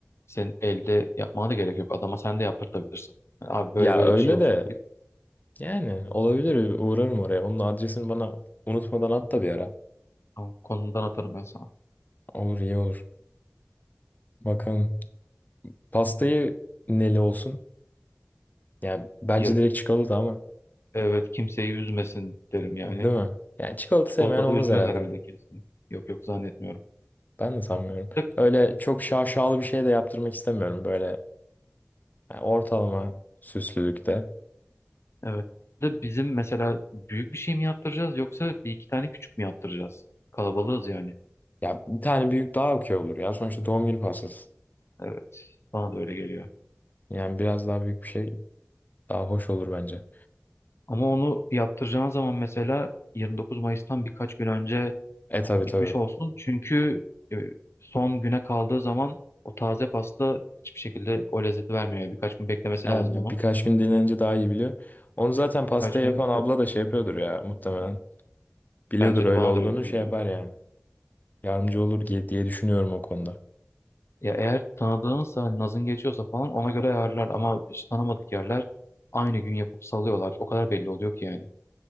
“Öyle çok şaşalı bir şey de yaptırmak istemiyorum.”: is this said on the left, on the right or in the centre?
Left